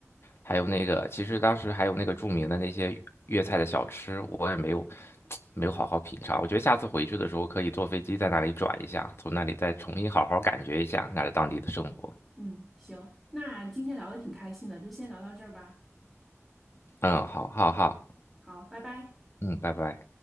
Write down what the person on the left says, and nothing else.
还有那个，其实当时还有那个著名的那些粤菜的小吃，我也没有没有好好品尝。我觉得下次回去的时候可以坐飞机在那里转一下，从那里再重新好好感觉一下那儿当地的生活。
嗯，好，好，好，
嗯，拜拜。